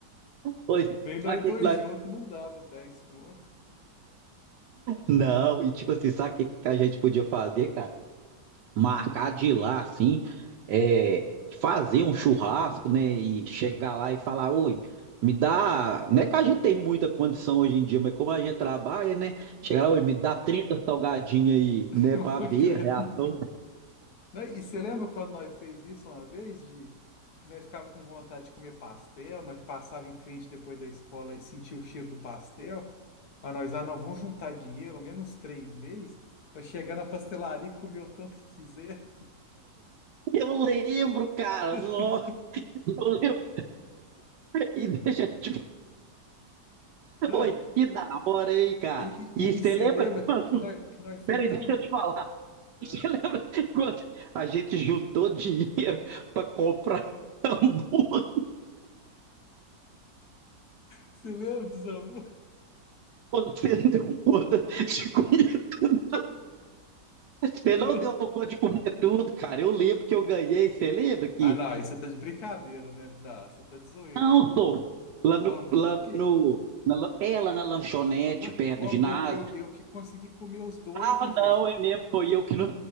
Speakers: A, on the right; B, on the left.
A: Pois,
B: Nem nós
A: sabe o que
B: dois
A: que nós...
B: juntos não dava 10 conto.
A: Não, e tipo assim, sabe o que que a gente podia fazer, cara? Marcar de ir lá, assim, é, fazer um churrasco, né? E chegar lá e falar, oi, me dá. Não é que a gente tem muita condição hoje em dia, mas como a gente trabalha, né? Chegar
B: É,
A: lá, oi, me dá 30 salgadinhos aí,
B: <laughs>
A: né? Pra
B: uma
A: ver
B: criança.
A: a reação.
B: Né, E você lembra quando nós fez isso uma vez, de que nós ficava com vontade de comer pastel, nós passava em frente depois da escola e sentia o cheiro do pastel. Aí nós, ah, não, vamos juntar dinheiro, ao menos uns três meses, para chegar na pastelaria e comer o tanto que quiser.
A: Eu lembro, cara.
B: <laughs>
A: Nossa, eu lembro. E deixa, tipo,
B: Não,
A: oi, que da hora aí, cara.
B: e,
A: E você
B: e, e você
A: lembra
B: lembra
A: quando?
B: que nós, que nós foi
A: Peraí,
B: tão.
A: deixa eu te falar. <laughs>
B: Ah,
A: Você lembra quando a gente juntou dinheiro para comprar burro?
B: Você lembra dos amores?
A: Você não deu conta de comer tudo. Você não
B: <laughs>
A: deu conta de comer tudo, cara. Eu lembro que eu ganhei. Você lembra que.
B: Ah, não, aí você tá de brincadeira, né? Não, você tá de zoeira.
A: Não sou. Lá
B: O
A: no.
B: hambúrguer?
A: Lá no na, lan- é, lá na lanchonete,
B: Ué,
A: perto
B: o
A: do ginásio.
B: hambúrguer, eu, eu que consegui comer os dois,
A: Ah,
B: meu filho.
A: não, é mesmo. Foi eu que não.